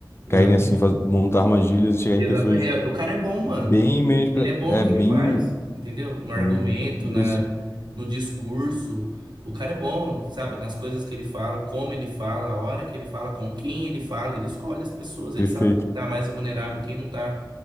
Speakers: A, on the right; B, on the left.
A: Exatamente.
B: Caírem, assim, faz, montar armadilhas e chegar
A: Exatamente.
B: em pessoas
A: É, O cara é bom,
B: bem
A: mano.
B: menos. Pra,
A: Ele é bom
B: é,
A: no que
B: bem.
A: ele faz, entendeu? No argumento,
B: Hum,
A: na,
B: isso,
A: no discurso. O cara é bom, sabe? Nas coisas que ele fala, como ele fala, a hora que ele fala, com quem ele fala. Ele escolhe as pessoas. Ele
B: perfeito.
A: sabe quem tá mais vulnerável, quem não tá,